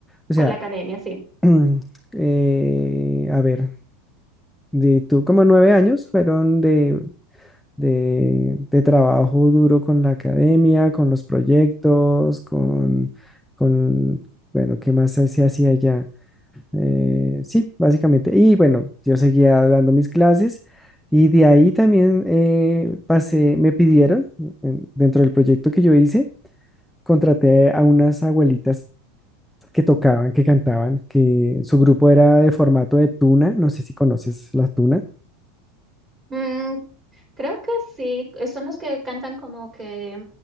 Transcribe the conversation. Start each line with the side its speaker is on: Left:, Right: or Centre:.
Centre: o sea,
Right: con la academia? Sí.
Centre: <clears throat> eh, a ver de tú como nueve años fueron de de, de trabajo duro con la academia, con los proyectos, con, con bueno, ¿qué más se se hacía allá? Eh, sí, básicamente. Y bueno, yo seguía dando mis clases y de ahí también eh, pasé, me pidieron, en- dentro del proyecto que yo hice, contraté a unas abuelitas que tocaban, que cantaban, que su grupo era de formato de tuna, no sé si conoces la tuna.
Right: Mm, creo que sí. eh, Son los que cantan como que,